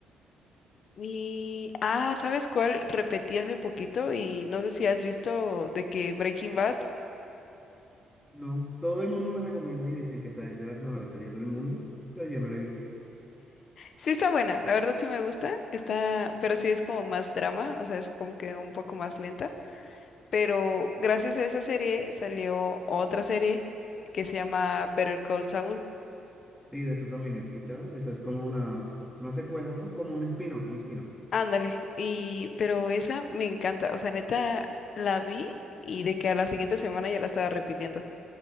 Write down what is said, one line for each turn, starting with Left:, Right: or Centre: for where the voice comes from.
Left: Y, ah, ¿sabes cuál? Repetí hace poquito y no sé si has visto de que Breaking Bad.
Centre: No, todo el mundo me recomienda y dicen que esa es de las mejores series del mundo, pero yo no la he visto.
Left: Sí está buena, la verdad sí me gusta, está, pero sí es como más drama, o sea, es como que un poco más lenta. Pero gracias a esa serie salió otra serie que se llama Better Call Saul.
Centre: Sí, de eso también he escuchado. Eso es como una, una secuela, ¿no? Como un espino, un espino.
Left: Ándale, y pero esa me encanta, o sea, neta la vi y de que a la siguiente semana ya la estaba repitiendo,